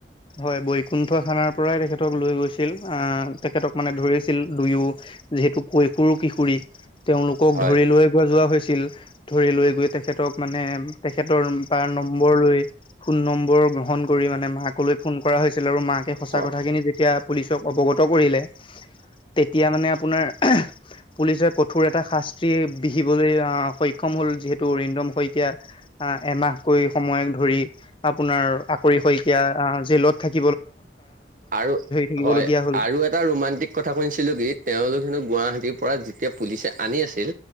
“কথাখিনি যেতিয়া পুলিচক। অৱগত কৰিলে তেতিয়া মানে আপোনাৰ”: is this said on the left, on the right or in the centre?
Left